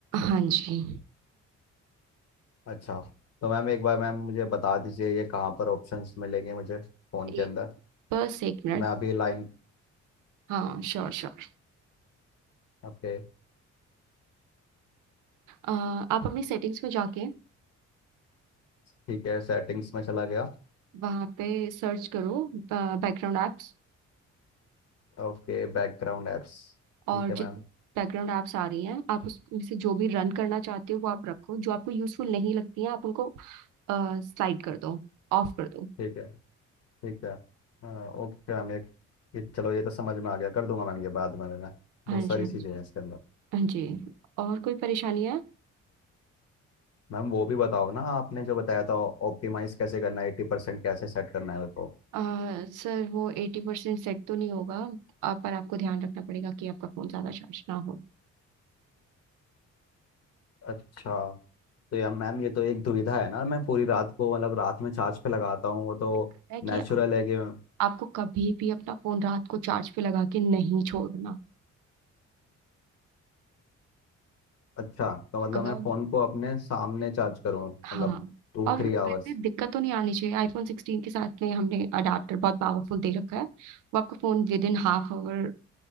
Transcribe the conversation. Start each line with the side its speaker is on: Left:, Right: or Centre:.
Right: हाँ जी
Left: अच्छा तो मैम एक बार मैम मुझे बता दीजिए ये कहाँ पर ऑप्शंस मिलेंगे मुझे फ़ोन के
Right: एक
Left: अंदर
Right: बस एक मिनट
Left: मैं अभी लाइन
Right: हाँ श्योर श्योर
Left: ओके
Right: आप अपनी सेटिंग्स में जाके
Left: ठीक है सेटिंग्स में चला गया
Right: वहाँ पे सर्च करो बैकग्राउंड एप्स
Left: Okay background apps
Right: और
Left: ठीक
Right: जितनी
Left: है मैम
Right: बैकग्राउंड एप्स आ रही हैं आप उसमें से जो भी रन करना चाहते हो वो आप रखो जो आपको यूजफुल नहीं लगती हैं आप उनको स्लाइड कर दो ऑफ कर दो
Left: ठीक है ठीक है हाँ ओके मैम ये, ये चलो ये तो समझ में आ गया कर दूंगा मैम ये बाद में मैं
Right: हाँ
Left: बहुत सारी
Right: जी हाँ
Left: चीज़ें
Right: जी
Left: हैं इसके अंदर
Right: हाँ जी और कोई परेशानी है
Left: मैम वो भी बताओ ना आपने जो बताया था ऑप्टिमाइज कैसे करना है एट्टी परसेंट कैसे सेट करना है वो तो
Right: अ, सर वो एटी परसेंट सेट तो नहीं होगा अ, पर आपको ध्यान रखना पड़ेगा कि आपका फ़ोन ज़्यादा चार्ज ना हो
Left: अच्छा तो यार मैम ये तो एक दुविधा है ना मैं पूरी रात को मतलब रात में चार्ज पे लगाता हूँ वो तो
Right: तो दिक्कत है कि
Left: नेचुरल
Right: आप,
Left: है कि
Right: आपको कभी भी अपना फ़ोन रात को चार्ज पे लगा के नहीं छोड़ना
Left: अच्छा तो मतलब
Right: अगर
Left: मैं फ़ोन को अपने सामने चार्ज करूँ मतलब
Right: हाँ
Left: टू
Right: और
Left: थ्री
Right: वैसे
Left: आवर्स
Right: दिक्कत तो नहीं आनी चाहिए आईफोन सिक्सटीन के साथ में हमने अडाप्टर बहुत पावरफुल दे रखा है वो आपका phone within half our